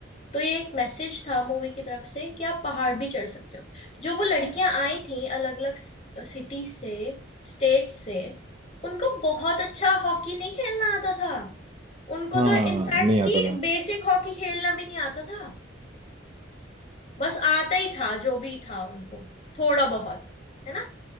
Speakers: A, on the left; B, on the right.
A: तो ये एक मैसेज था मूवी की तरफ से कि आप पहाड़ भी चढ़ सकते हो जो वो लड़कियां आई थी अलग अलग सिटी से स्टेट से उनको बहुत अच्छा हॉकी नहीं खेलना आता था उनको
B: हाँ
A: तो इनफैक्ट
B: नहीं आता
A: कि
B: था
A: बेसिक हॉकी खेलना भी नहीं आता था बस आता ही था जो भी था उनको थोड़ा बहुत है ना